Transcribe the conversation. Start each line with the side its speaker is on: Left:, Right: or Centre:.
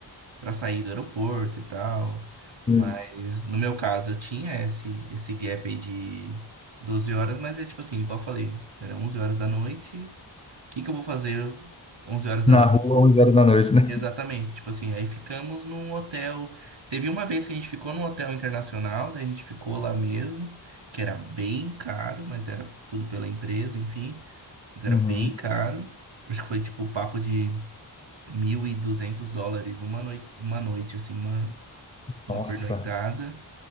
Right: para sair do aeroporto e tal.
Left: Hum.
Right: Mas no meu caso, eu tinha esse esse gap aí de 12 horas, mas é tipo assim, igual eu falei, era 11 horas da noite. O que que eu vou fazer 11 horas da
Left: Na
Right: noite?
Left: rua, 11 horas da noite, né?
Right: Exatamente, tipo assim, aí ficamos num hotel. Teve uma vez que a gente ficou num hotel internacional, daí a gente ficou lá mesmo, que era bem caro, mas era tudo pela empresa, enfim, mas era
Left: Uhum.
Right: bem caro. Acho que foi tipo o papo de 1.200 dólares uma noite, uma noite assim, uma, uma
Left: Nossa.
Right: pernoitada,